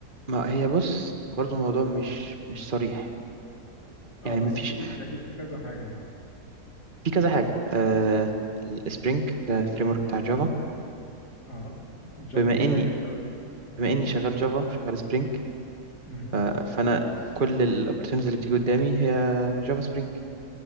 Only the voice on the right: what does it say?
ما- هي بص برضو الموضوع مش مش صريح
يعني
ما فيش
في كذا حاجه آه السبرينج ده الفريم ورك بتاع جافا
بما
اني
بما اني شغال جافا وشغال سبرينج
آه، فانا كل الاوبورتونيتيز اللي بتيجي قدامي هي جافا سبرينج